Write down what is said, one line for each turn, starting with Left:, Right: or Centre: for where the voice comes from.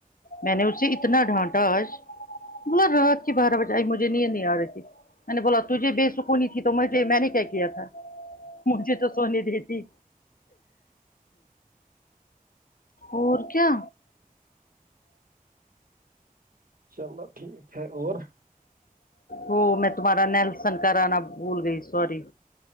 Left: میں نے اسے اتنا ڈھانٹا آج بولا رات کی بارہ بجے آئی مجھے نیند نہیں آ رہی تھی میں نے بولا تجھے بےسکونی تھی تو مجے میں نے کیا کیا تھا مجھے تو سونے دیتی اور کیا
Right: چلو ٹھیک ہے اور
Left: وہ میں تمہارا نیلسن کرانا بھول گئی سوری